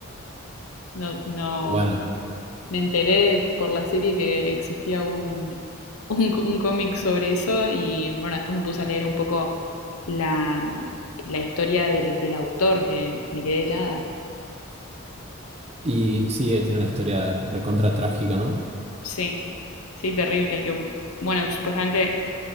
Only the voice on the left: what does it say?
No, no.
Me enteré por la serie que existía un, <laughs> un, un cómic sobre eso y bueno, después me puse a leer un poco la, la historia del, del autor que me quedé helada.
Sí, sí, terrible. Que, bueno, supuestamente